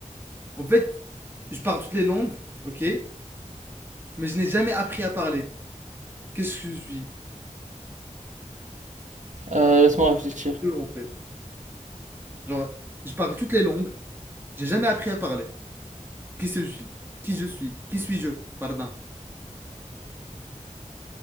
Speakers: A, on the right (about 15°); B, on the right (about 65°).
A: En fait, je parle toutes les langues, ok, mais je n'ai jamais appris à parler. Qu'est-ce que je suis?
B: Euh, laisse-moi réfléchir.
A: Eux, en fait. Genre, je parle toutes les langues, j'ai jamais appris à parler. Qu'est-ce que je suis? Qui je suis? Qui suis-je? Pardon.